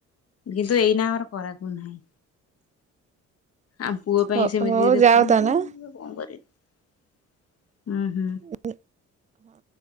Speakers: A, on the left; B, on the right.
A: କିନ୍ତୁ ଏଇନା ଆମର କରାକୁ ନାହିଁ। ଆମ ପୁଅ ପାଇଁ
B: ହଉ
A: ସେମିତି
B: ହଉ
A: ଦେଖୁଛନ୍ତି-ଇ-ଇ-ଇ
B: ଯାଅ ତାନେ।
A: ବା କଣ କରିବେ ହୁଁ ହୁଁ।
B: ହଁ